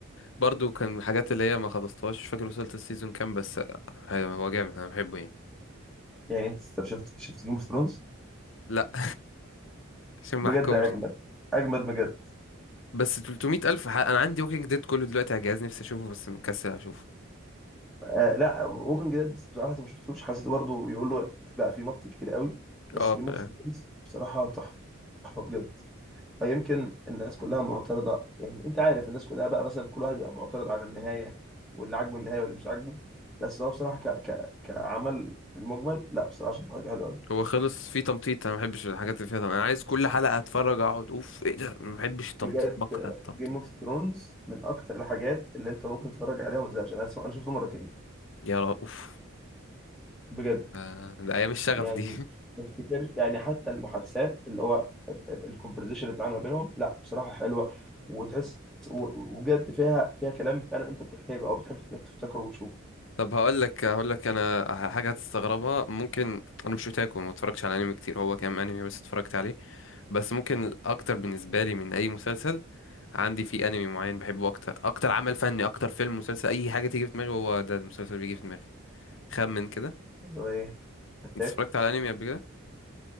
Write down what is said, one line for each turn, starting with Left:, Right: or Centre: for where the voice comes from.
Left: برضو كان من الحاجات اللي هي ما خلصتهاش مش فاكر وصلت السيزون كام بس آه، هو جامد انا بحبه يعني
Centre: يعني انت شفت شفت جيم اوف ثرونز
Left: لا <laughs> عشان ما
Centre: بجد
Left: احكمش
Centre: اه اجمد اجمد بجد
Left: بس 300 ألف ح- أنا عندي ووكينج ديد كله دلوقتي على الجهاز نفسي أشوفه بس مكسل أشوفه
Centre: آه لا ووكينج ديد بصراحه لسه ما شفتوش حسيته برضه بيقولوا بقى في مط كتير قوي بس
Left: اه
Centre: جيم
Left: فعلا.
Centre: اوف ثرونز بصراحه تحفه تحفه بجد أو يمكن الناس كلها معترضه يعني انت عارف الناس كلها بقى مثلا كل واحد بيبقى معترض على النهايه واللي عاجبه النهايه واللي مش عاجبه بس هو بصراحه ك... ك... كعمل في المجمل لا بصراحه شايفه حاجه حلوه قوي
Left: هو خلص فيه تمطيط أنا مبحبش الحاجات اللي فيها تمطيط. أنا عايز كل حلقة أتفرج أقعد أوف إيه ده مبحبش التمطيط
Centre: بجد
Left: بكره التمطيط
Centre: جيم اوف ثرونز من اكثر الحاجات اللي انت ممكن تتفرج عليها وما تزهقش انا س- انا شفته مرتين
Left: يا را أوف
Centre: بجد
Left: آه، ده أيام الشغف
Centre: يعني
Left: دي <laughs>
Centre: ما افتكرش يعني حتى المحادثات اللي هو الكونفرزيشن اللي بتتعامل ما بينهم لا بصراحه حلوه وتحس و- وجد فيها فيها كلام فعلا انت بتحتاجه او بتحب انك تفتكره وتشوفه
Left: طب هقول لك هقول لك أنا حاجة هتستغربها ممكن أنا مش أوتاكو ما اتفرجش على أنمي كتير هو كام أنمي بس اتفرجت عليه بس ممكن الأكتر بالنسبة لي من أي مسلسل عندي فيه أنمي معين بحبه أكتر أكتر عمل فني أكتر فيلم مسلسل أي حاجة تيجي في دماغي هو ده المسلسل بيجي في دماغي خمن كده
Centre: هو ايه اتاك
Left: انت اتفرجت على انمي قبل كده